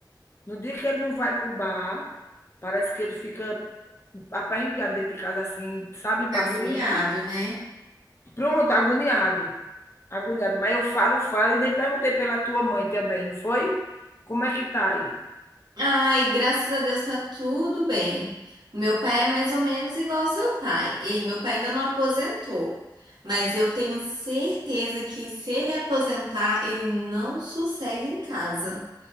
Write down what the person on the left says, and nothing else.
No dia que ele não vai para o bar, parece que ele fica aperreado dentro de casa assim, sabe, impaciente.
Pronto, agoniado. Agoniado. Mas eu falo, falo, e nem perguntei pela tua mãe também, não foi? Como é que tá aí?